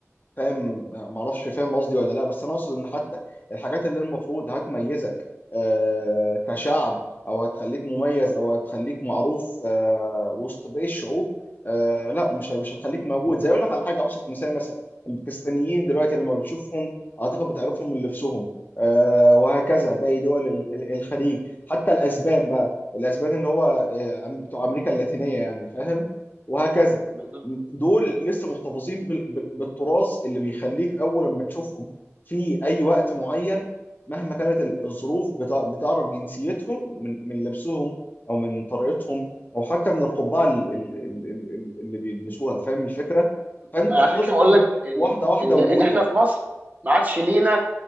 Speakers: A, on the left (about 40°); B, on the right (about 30°).
A: فاهم ما اعرفش فاهم قصدي ولا لا بس انا اقصد ان حتى الحاجات اللي المفروض هتميزك آه، كشعب او هتخليك مميز او هتخليك معروف آه، وسط باقي الشعوب آه، لا مش مش هتخليك موجود زي اقول لك على حاجه ابسط مثال مثلا الباكستانيين دلوقتي لما بتشوفهم اعتقد بتعرفهم من لبسهم آه، وهكذا
B: مم.
A: باقي دول ال- ال- الخليج حتى الاسبان بقى الاسبان اللي هو آه، بتوع امريكا اللاتينيه يعني فاهم وهكذا
B: بالظبط
A: دول لسه محتفظين بال- بال- بالتراث اللي بيخليك اول لما تشوفهم في اي وقت معين مهما كانت الظروف بتع- بتعرف جنسيتهم من من لبسهم او من طريقتهم او حتى من القبعه ال- ال- ال- ال- اللي بيلبسوها فاهم الفكره فانت
B: ما
A: بتفقد
B: عشان كده بقول لك ان
A: واحده واحده
B: ان
A: وجودك
B: ان احنا في مصر ما عادش لينا